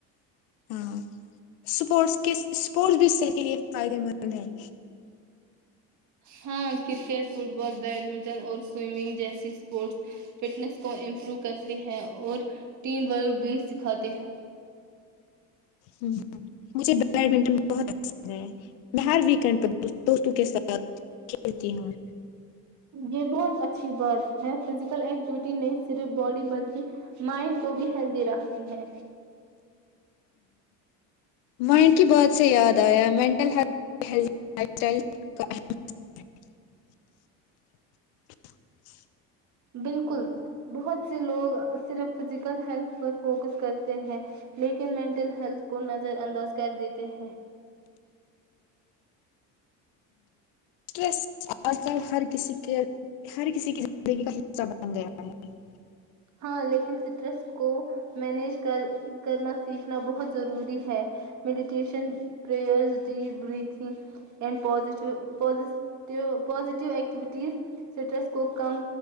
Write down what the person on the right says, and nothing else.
ہاں کرکٹ فٹ بال بیڈمنٹن اور سوئمنگ جیسی اسپورٹس فٹنس کو امپروو کرتے ہیں اور ٹیم ورک بھی سکھاتے ہیں
یہ بہت ا اچھی بات ہے فزیکل ایکٹیویٹی نہیں صرف باڈی بلکہ مائنڈ کو بھی ہیلدی رکھتی ہے
بالکل بہت سے لوگ صرف فزیکل ہیلتھ پر فوکس کرتے ہیں لیکن مینٹل ہیلتھ کو نظر انداز کر دیتے ہیں
ہاں لیکن اسٹریس کو مینیج کر کرنا سیکھنا بہت ضروری ہے meditation پئرز deep breathing and positive پو پازیٹیو ایکٹیویٹیز اسٹریس کو کم